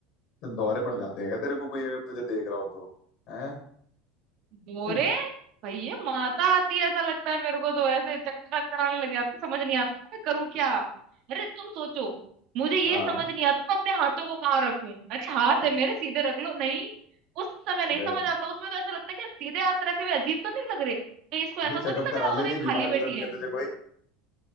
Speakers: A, on the left; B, on the right.
A: तो दौरे पड़ जाते हैं क्या तेरे को कोई अगर तुझे देख रहा हो तो हैं
B: बोरे
A: हम्म,
B: भैया माता आती है ऐसा लगता है मेरे को तो ऐसे चक्कर कराने लग जाते समझ नहीं आता मैं करूँ क्या अरे तुम सोचो मुझे ये
A: हाँ
B: समझ नहीं आता तो अपने हाथों को कहाँ रखूं अरे हाथ है मेरे सीधे रख लो नहीं उस समय नहीं
A: अरे
B: समझ
A: अरे
B: आता उसमें तो ऐसा लगता है कि यार सीधे हाथ रखे हुए अजीब तो नहीं लग रहे कहीं इसको ऐसा
A: भाई
B: तो
A: चेकअप
B: नहीं लग
A: करा
B: रहा
A: ले
B: होगा
A: कहीं
B: ये खाली
A: बीमारी
B: बैठी
A: तो नहीं है
B: है
A: तुझे